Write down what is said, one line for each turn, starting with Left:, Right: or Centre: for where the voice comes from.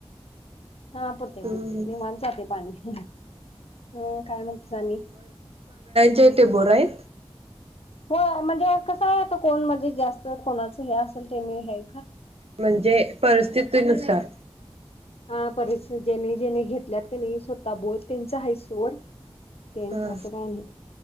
Left: हा पुरतय
Right: हम्म
Left: पुरतय निवांत जातय पाणी हम काय म्हणतेस आणि
Right: ते ते बोर हाय
Left: हो म्हणजे कस आहे त कोण म्हणजे जास्त कोणाचं हे असेल ते नी घ्याय
Right: म्हणजे परिस्थितीनुसार.
Left: हा परि ज्यांनी ज्यांनी घेतल्यात कनी स्वतः बोर त्यांच हायसोड. तेन
Right: हा
Left: असं काय नाइ